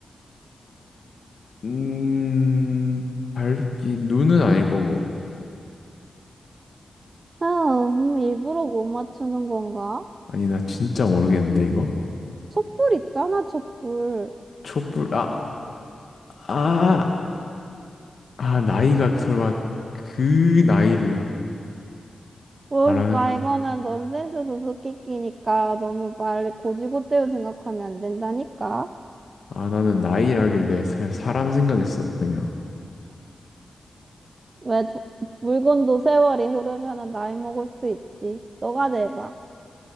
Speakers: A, on the left (about 65°); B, on the right (about 45°).
A: 음, 밝기, 눈은 아닐 거고.
B: 아, 음, 일부러 못 맞추는 건가?
A: 아니, 나 진짜 모르겠는데, 이거?
B: 촛불 있잖아, 촛불.
A: 촛불, 아, 아, 아, 나이가 설마 그 나이를
B: 그러니까
A: 말하는, 거-
B: 이거는 넌센스 수수께끼니까 너무 말 고지고대로 생각하면 안 된다니까.
A: 아, 나는 나이라길래 그냥 사람 생각했어, 그냥.
B: 왜 도- 물건도 세월이 흐르면 나이 먹을 수 있지. 너가 내봐.